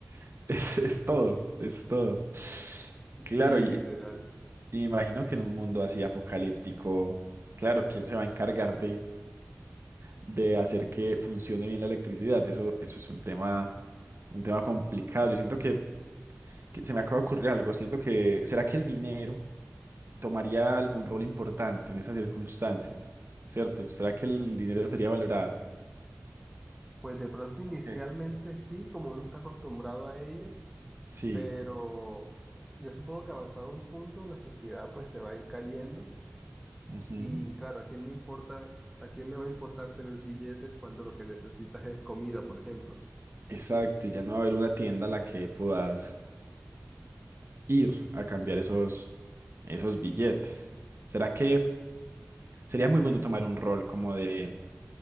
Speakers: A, on the right (about 55°); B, in the centre.
A: <laughs> es, es todo, es todo.
B: Sí,
A: Claro, y,
B: literal.
A: y imagino que en un mundo así apocalíptico, claro, ¿quién se va a encargar de, de hacer que funcione bien la electricidad? Eso, eso es un tema, un tema complicado. Yo siento que, que se me acaba de ocurrir algo. Siento que, ¿será que el dinero tomaría algún rol importante en esas circunstancias? ¿Cierto? ¿Será que el dinero sería valorado?
B: Pues de pronto inicialmente
A: Ok.
B: sí, como uno está acostumbrado a ello
A: Sí,
B: pero yo supongo que avanzado un punto la sociedad pues se va a ir cayendo
A: ujú,
B: y claro, ¿a quién le importa, a quién le va a importar tener billetes cuando lo que necesitas es comida, por ejemplo?
A: Exacto, y ya no va a haber una tienda a la que puedas ir a cambiar esos, esos billetes. ¿Será que sería muy bueno tomar un rol como de,